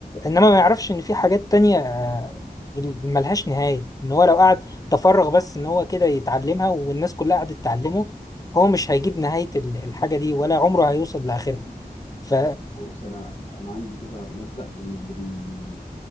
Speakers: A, on the left; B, on the left.
A: انما ما يعرفش ان في حاجات تانية آه، ملهاش نهاية ان هو لو قعد تفرغ بس ان هو كده يتعلمها والناس كلها قعدت تعلمه هو مش هيجيب نهاية ال- الحاجة دي ولا عمره هيوصل لاخرها ف
B: وبص انا انا عندي كده مبدا ان اللي بي